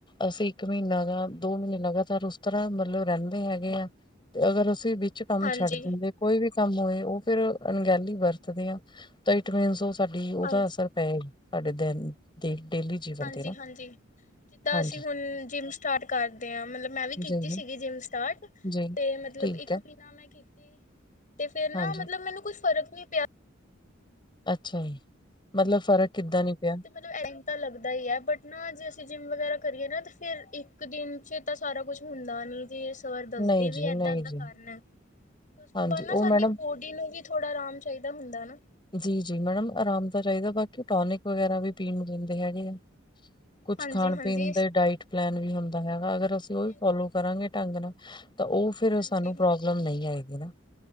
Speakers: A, on the left; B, on the left.
A: ਅਸੀਂ ਇੱਕ ਮਹੀਨਾ ਜਾ ਦੋ ਮਹੀਨੇ ਲਗਾਤਾਰ ਉਸ ਤਰ੍ਹਾਂ ਮਤਲਬ ਰਹਿੰਦੇ ਹੈਗੇ ਆ ਤੇ ਅਗਰ ਅਸੀਂ? ਵਿੱਚ ਕੰਮ
B: ਹਾਂਜੀ
A: ਛੱਡ ਦਿੰਦੇ ਕੋਈ ਵੀ? ਕੰਮ ਹੋਏ ਉਹ ਫੇਰ ਅਣਗਹਿਲੀ ਵਰਤਦੇ ਆ ਤਾਂ ਇਟ ਮਿਜ ਉਹ। ਸਾਡੀ ਉਹਦਾ
B: ਹਾਂਜੀ
A: ਅਸਰ ਪਏ ਸਾਡੇ ਤੇ। ਪੈਂਦੀ ਡੇਲੀ। ਜੀਵਨ
B: ਹਾਂਜੀ
A: ਤੇ ਨਾ
B: ਹਾਂਜੀ ਜਿੱਦਾਂ
A: ਹਾਂਜੀ
B: ਅਸੀਂ ਹੁਣ ਜਿੰਮ ਸਟਾਰਟ ਕਰਦੇ ਹਾਂ ਮਤਲਬ ਮੈਂ ਵੀ ਕੀਤੀ
A: ਜੀ
B: ਸੀਗੀ ਜਿੰਮ ਸਟਾਰਟ
A: ਜੀ
B: ਤੇ ਮਤਲਬ
A: ਠੀਕ
B: ਇੱਕ
A: ਹੈ
B: ਮਹੀਨਾ ਮੈਂ? ਤੇ ਫੇਰ ਨਾ
A: ਹਾਂਜੀ
B: ਮਤਲਬ ਮੈਨੂੰ ਕੋਈ ਫਰਕ? ਨਹੀਂ ਪਿਆ?
A: ਅੱਛਾ ਜੀ ਮਤਲਬ ਫ਼ਰਕ। ਕਿੱਦਾਂ ਨੀ ਪਿਆ
B: ਤੇ ਮੈਨੂੰ ਐਦਾ ਲੱਗਦਾ ਯਾਰ ਬਟ ਨਾ ਜੇ ਅਸੀਂ ਜਿੰਮ ਵਗੈਰਾ। ਕਰੀਏ ਨਾ ਤੇ ਫੇਰ ਇੱਕ ਦਿਨ ਚ ਤਾਂ ਸਾਰਾ ਕੁਝ ਹੁੰਦਾ ਨੀ? ਫੇਰ ਸਰ ਦੱਸਦੇ
A: ਨਹੀਂ
B: ਵੀ
A: ਜੀ ਨਹੀਂ
B: ਏਦਾਂ ਏਦਾਂ
A: ਜੀ
B: ਕਾਰਨ ਹੈ। ਕੁਛ ਕਪਲ
A: ਹਾਂਜੀ
B: ਨਾ
A: ਉਹ
B: ਸਾਡੀ
A: ਮੈਡਮ
B: ਬੋਡੀ ਨੂੰ ਵੀ ਥੋੜਾ ਆਰਾਮ ਚਾਹੀਦਾ ਹੁੰਦਾ ਨਾ
A: ਜੀ ਜੀ ਮੈਡਮ ਆਰਾਮ ਦਾ ਚਾਹੀਦਾ ਬਾਕੀ ਟੋਨਿਕ ਵਗੈਰਾ ਵੀ ਪੀ ਨੂੰ ਦਿੰਦੇ ਹੈਗੇ ਆ ਕੁਛ
B: ਹਾਂਜੀ-ਹਾਂਜੀ।
A: ਖਾਣ ਪੀਣ ਦੇ ਡਾਇਟ ਪਲੈਨ ਵੀ ਹੁੰਦਾ ਹੈਗਾ ਅਗਰ ਅਸੀਂ ਉਹ ਵੀ
B: ਹਾਂਜੀ।
A: ਫੋਲੋ ਕਰਾਂਗੇ। ਢੰਗ ਨਾਲ ਤਾਂ ਉਹ ਫਿਰ
B: ਹਾਂਜੀ
A: ਸਾਨੂੰ ਪ੍ਰੋਬਲਮ ਨਹੀਂ ਆਏ। ਹਨ ਨਾ